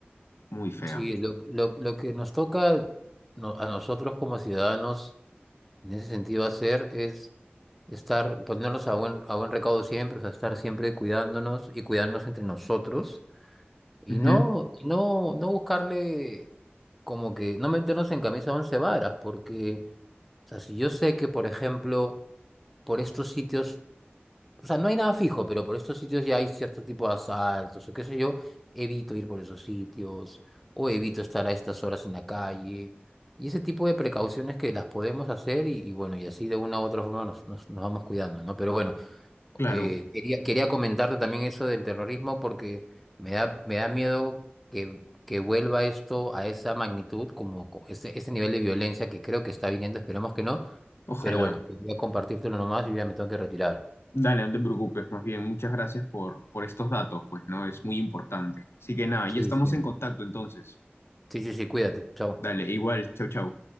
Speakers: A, on the left; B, in the centre.
A: muy fea.
B: Sí, lo, lo, lo que nos toca no- a nosotros como ciudadanos en ese sentido hacer es estar, ponernos a buen, a buen recaudo siempre, o sea, estar siempre cuidándonos y cuidarnos entre nosotros y
A: Ujú,
B: no, y no, no buscarle como que no meternos en camisa once varas, porque O sea, si yo sé que, por ejemplo, por estos sitios, o sea, no hay nada fijo, pero por estos sitios ya hay cierto tipo de asaltos o qué sé yo, evito ir por esos sitios o evito estar a estas horas en la calle. Y ese tipo de precauciones que las podemos hacer y, y bueno, y así de una u otra forma nos, nos, nos vamos cuidando, ¿no? Pero bueno,
A: claro,
B: eh, quería, quería comentarte también eso del terrorismo porque me da, me da miedo que, que vuelva esto a esa magnitud, como co- ese, ese nivel de violencia que creo que está viniendo, esperemos que no,
A: ojalá.
B: pero bueno, quería compartírtelo nomás y ya me tengo que retirar.
A: Dale, no te preocupes, más bien, muchas gracias por, por estos datos, pues, ¿no? Es muy importante. Así que nada,
B: Sí,
A: ya estamos
B: sí,
A: en contacto entonces.
B: sí, sí, sí, cuídate, chao.
A: Dale, igual, chau, chau.